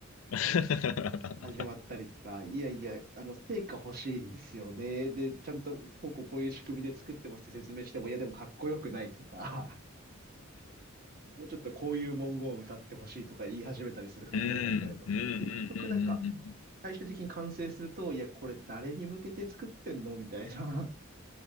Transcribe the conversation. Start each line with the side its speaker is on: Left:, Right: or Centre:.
Left: <laughs>
Right: 始まったりとか、いやいや、あの、成果欲しいんですよね。で、ちゃんと、こうこうこういう仕組みで作ってますって説明しても、いや、でもかっこよくないとか、もうちょっとこういう文言を歌ってほしいとか言い始めたりする方がいらっしゃるので、
Left: うん、うんうんうんうんうん。
Right: 結局なんか最終的に完成すると、いや、これ誰に向けて作ってんのみたいな、